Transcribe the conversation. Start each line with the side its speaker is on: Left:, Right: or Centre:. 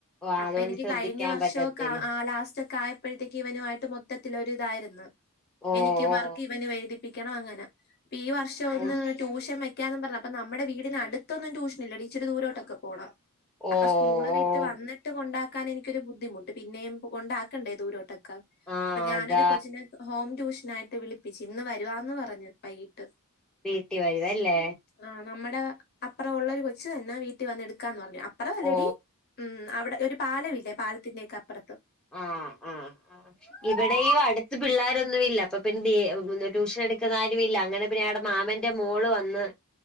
Centre: അതുകൊണ്ട്
Left: അപ്പൊ എനിക്ക്
Centre: ശ്രദ്ധിക്കാൻ
Left: കഴിഞ്ഞ വർഷോക്കെ
Centre: പറ്റത്തില്ല
Left: ആ ലാസ്റ്റ് ഒക്കെ ആയ പ്പഴത്തേക്ക് ഇവനുവായിട്ട് മൊത്തത്തിലൊരു ഇതായിരുന്ന്
Centre: ഓ
Left: എനിക്കും
Centre: ഓ
Left: വർക്ക് ഇവനും എഴുതിപ്പിക്കണം അങ്ങനെ ഇപ്പ ഈ വർഷം ഒന്ന്
Centre: ഓ
Left: ട്യൂഷൻ വെക്ക് ക്കാന്നും പറഞ്ഞ് അപ്പൊ നമ്മടെ വീടിനടുത്തൊന്നും ട്യൂഷ്നില്ല ഇച്ചിരി ദൂരോട്ടൊക്കെ പോണം
Centre: ഓ
Left: അപ്പൊ സ്കൂള്
Centre: ഓ
Left: വി ട്ട് വന്ന്ട്ട് കൊണ്ടാക്കാൻ എനിക്കൊരു ബുദ്ധിമുട്ട് പിന്നെയും കൊണ്ടാക്കണ്ടേ ദൂരോട്ടൊക്ക
Centre: ആ
Left: അപ്പൊ ഞാനൊരു
Centre: അതാ
Left: കൊച്ചിനെ ഹോം ട്യൂഷ്നായിട്ട് വിളിപ്പിച്ച് ഇന്ന് വരുവാന്ന് പറഞ്ഞു വൈകീട്ട്
Centre: വീട്ടി വരുവല്ലേ
Left: ആഹ് നമ്മടെ അപ്പറം ഉള്ളരു കൊച്ചു തന്നെ വീട്ടി വന്ന് എടുക്കാന്ന് പറഞ്ഞു അപ്പറ അല്ലടി
Centre: ഓ
Left: ഉം അവിടെ ഒരു പാലവില്ലേ പാലത്തിന്റെ ഒക്ക അപ്പറത്ത്
Centre: ആഹ് ആഹ് ആഹ്
Left: ഉം,
Centre: ഇവിടെയും അട് ത്ത് പിള്ളോരൊന്നുവില്ല അപ്പൊ പിന്ന ദിയേ ട്യൂഷൻ എട്ക്കുന്ന ആരുയില്ല അങ്ങനെ പിന്നെ ആടെ മാമന്റെ മോള് വന്ന്